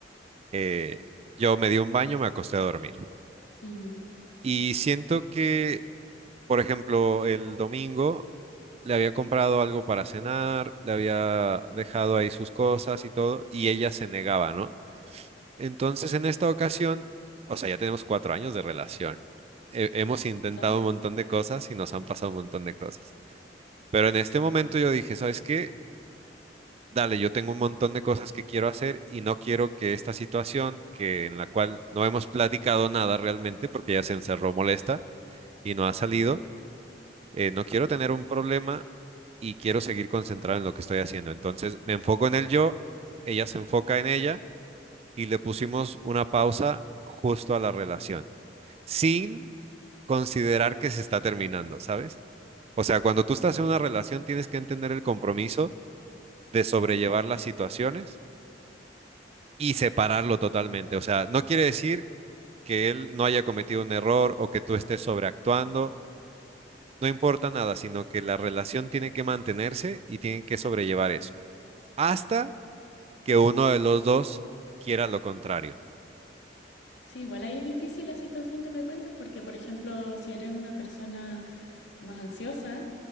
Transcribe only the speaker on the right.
Eh, yo me di un baño, me acosté a dormir.
Y siento que, por ejemplo, el domingo le había comprado algo para cenar, le había dejado ahí sus cosas y todo, y ella se negaba, ¿no? Entonces, en esta ocasión, o sea, ya tenemos cuatro años de relación. He- hemos intentado
un montón de cosas y nos han pasado un montón de cosas. Pero en este momento yo dije, ¿sabes qué? Dale, yo tengo un montón de cosas que quiero hacer y no quiero que esta situación, que en la cual no hemos platicado nada realmente, porque ya se encerró molesta y no ha salido, eh, no quiero tener un problema y quiero seguir concentrado en lo que estoy haciendo. Entonces, me enfoco en el yo, ella se enfoca en ella y le pusimos una pausa justo a la relación, sin considerar que se está terminando, ¿sabes? O sea, cuando tú estás en una relación tienes que entender el compromiso de sobrellevar las situaciones y separarlo totalmente. O sea, no quiere decir que él no haya cometido un error o que tú estés sobreactuando, no importa nada, sino que la relación tiene que mantenerse y tienen que sobrellevar eso, hasta que uno de los dos quiera lo contrario.